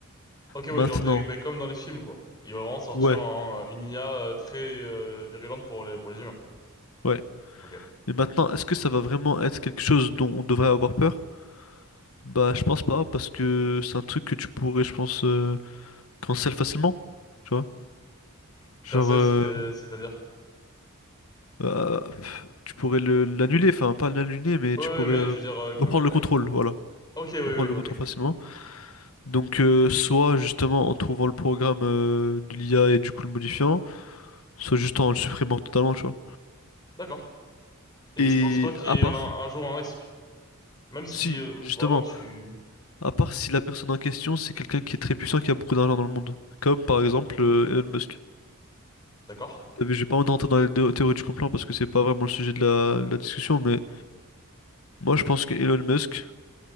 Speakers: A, on the left; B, on the left.
A: Ok, ouais,
B: Maintenant,
A: genre des, ben, comme dans les films, quoi. Il va vraiment sortir
B: ouais,
A: un- une IA euh, très euh, virulente pour les, pour les humains.
B: ouais.
A: Ok.
B: Mais maintenant, est-ce que ça va vraiment être quelque chose dont on devrait avoir peur? Bah, je pense pas, parce que c'est un truc que tu pourrais, je pense, euh, cancel facilement. Tu vois? Genre,
A: Cancel,
B: euh,
A: c'était, c'est-à-dire?
B: euh, pff, tu pourrais le- l'annuler, enfin, pas l'annuler, mais
A: Ouais,
B: tu
A: ouais,
B: pourrais
A: mais
B: euh,
A: je veux dire... euh, co-
B: reprendre
A: euh,
B: le contrôle, voilà.
A: ok, oui, oui,
B: Reprendre le
A: ok.
B: contrôle facilement. Donc, euh, soit justement en trouvant le programme euh, de l'IA et du coup le modifiant, soit juste en le supprimant totalement, tu vois.
A: D'accord. Et
B: Et
A: tu penses pas qu'il
B: à
A: y
B: part,
A: ait un, un jour un risque? Même si
B: si,
A: euh,
B: justement,
A: vraiment tu...
B: à part si la personne en question, c'est quelqu'un qui est très puissant, qui a beaucoup d'argent dans le monde. Comme par exemple
A: Mhm.
B: euh, Elon Musk.
A: D'accord.
B: T'as vu, j'ai pas envie de rentrer dans les deux- théories du complot parce que c'est pas vraiment le sujet de la, de la discussion, mais moi je pense que Elon Musk,